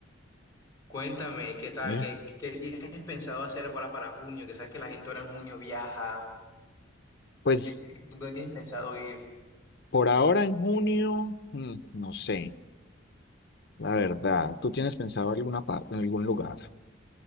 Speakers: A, on the left; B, on the left.
A: Cuéntame, ¿qué tal?
B: Eh,
A: ¿Qué, qué tienes pensado hacer ahora para junio? Que sabes que la gente ahora en junio viaja.
B: Pues
A: ¿Qué, dónde tienes pensado ir?
B: por ahora en junio, mm, no sé, la verdad. ¿Tú tienes pensado alguna parte, en algún lugar?